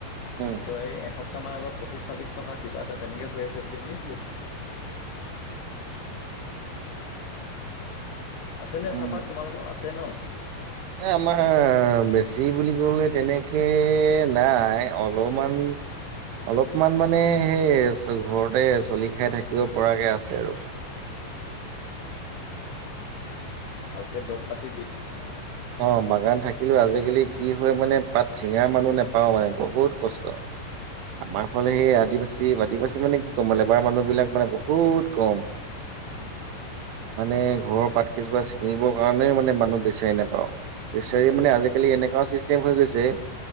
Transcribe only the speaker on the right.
উম,
উম,
এ আমাৰ বেছি বুলি ক'লে তেনেকে- নাই, অলপমান- অলপমান মানে সেই ঘৰতে চলি খাই থাকিব পৰাকে আছে আৰু।
অঁ' বাগান থাকিলো আজিকালি কি হয় মানে পাত চিঙা মানুহ নেপাওঁ মানে বহুত কষ্ট।
আমাৰ ফালে সেই আদিবাসী আদিবাসী মানে কি ক'ম মানে লেবাৰ মানুহ বিলাক মানে বহুত কম।
মানে ঘৰৰ পাতকেইজোপা ছিঙিবৰ কাৰণে মানে মানুহ বিচাৰি নেপাওঁ। বিচাৰ মানে আজিকালি এনেকুৱা চিষ্টেম- হৈ গৈছে